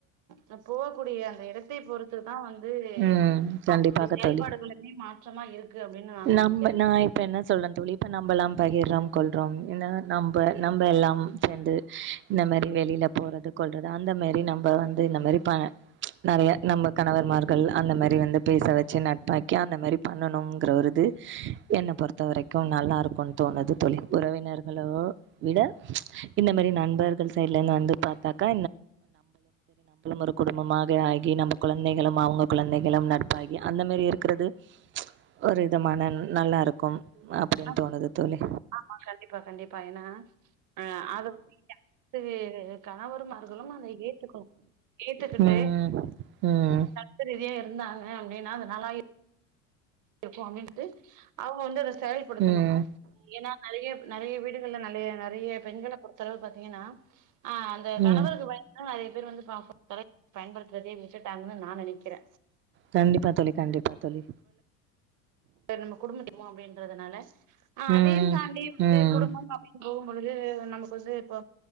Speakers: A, on the right; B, on the right.
A: ஹ போகக்கூடிய அந்த இடத்தை பொறுத்து தா வந்து ந்து
B: ம் கண்டிப்பாக
A: அவங்களுடைய செயல்பாடுகளுமே
B: தோழி
A: மாற்றமா இருக்கு அப்டின்னு நானுமே
B: நம்ம
A: நெனைக்கிற
B: நான் இப்ப என்ன சொல்றேன் தோழி இப்ப நம்ம எல்லா பகிர்றோம் கொல்றோம் இந்த நம்ம நம்ம எல்லாம் சேர்ந்து இந்த மாதிரி வெளில போறது கொல்றது அந்த மாரி நம்ம வந்து இந்த மாரி நெறைய நம்ம கணவர் மார் இரு கள் அந்த மாரி பேச வெச்சு நட்பாயிக்கி அந்த மாரி பண்ணுங்கிறது என்ன பொறுத்த வரைக்கு நல்லா இருக்குனுது தோழி உறவினர்களோ விட இந்த மாரி நண்பர்கள் சைடுல இருந்து வந்து பாத்தாக்கா ஒரு குடும்பமாக ஆகி நம்ம குழந்தைகளும் அவங்க குழந்தைகளும் நட்பாகி அந்த மாரி இருக்கிறது ஒரு விதமான நல்லா இருக்கும் அப்டின்னு
A: ஆமா
B: தோணுது தோழி
A: ஆமா கண்டிப்பா கண்டிப்பா ஏன்னா ஆஹ அத வந்து அனைத்து கணவர்மார்களும் அத ஏத்துக்கணும் ஏத்துக்கிட்டு
B: ம் ம்
A: சத்து ரீதியா இரு இருந்தாங்க அப்டின்னா அதுனாலா இருக்கு அப்டின்டு அவங்க வந்து செயல்படுத்தணு
B: ம்
A: ஏன்னா நெறைய நெறைய வீடுகள்ல நெறைய நெறைய பெண்கள பொறுத்தளவு பாத்தீங்கன்னா ஆஹ் அந்த கணவருக்கு
B: ம்
A: பயந்து தா நெறைய பேர் வந்து பா பயன் படுத்துறதையே விட்டுடாங்கன்னு நா நெனைக்கிற
B: கண்டிப்பா தோழி கண்டிப்பா தோழி
A: நம்ம குடும்ப <unintelligible> அப்டின்றதால ஆஹ்
B: ம்
A: அதையு தாண்டி வந்து
B: ம்
A: குடும்பம் அப்பட போகும் பொழுது நமக்கு வந்து இப்போ